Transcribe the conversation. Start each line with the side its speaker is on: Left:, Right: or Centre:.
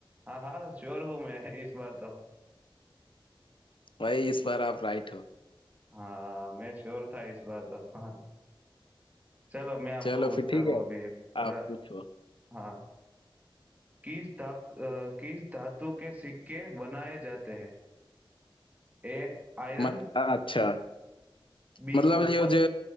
Right: हाँ हाँ श्योर हूँ मैं <laughs> इस बार तो
Left: भाई इस बार आप राइट हो
Right: हाँ मैं श्योर था इस बार तो हाँ चलो मैं आपको
Left: चलो
Right: पूछता
Left: फिर ठीक
Right: हूँ
Left: है
Right: अभी एक र,
Left: आप पूछो
Right: हाँ किस धा अ, किस धातु के सिक्के बनाए जाते हैं A iron
Left: मत अच्छा
Right: B
Left: मतलब
Right: copper
Left: यो जो